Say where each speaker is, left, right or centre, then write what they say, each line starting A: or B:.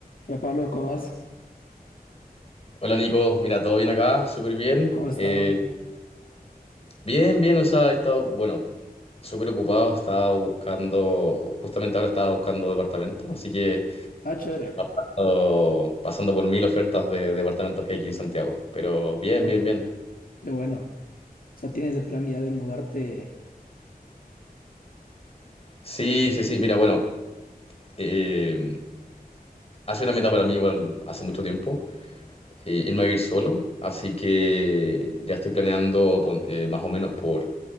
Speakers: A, on the left; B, on the left.
A: Hola Pablo, ¿cómo vas?
B: Hola Nico, mira, todo bien acá, súper bien.
A: ¿Cómo has
B: Eh,
A: estado?
B: bien, bien, o sea, he estado, bueno, súper ocupado, he estado buscando, justamente ahora estaba buscando departamento, así que he
A: Ah, chévere.
B: estado pasando por mil ofertas de departamentos que hay aquí en Santiago, pero bien,
A: Ah,
B: bien,
A: bueno.
B: bien.
A: Qué bueno. O sea, tienes el plan ya de mudarte
B: Sí, sí, sí, mira, bueno, eh, hace una meta para mí igual hace mucho tiempo, eh, irme a vivir solo, así que ya estoy planeando pon- eh, más o menos por...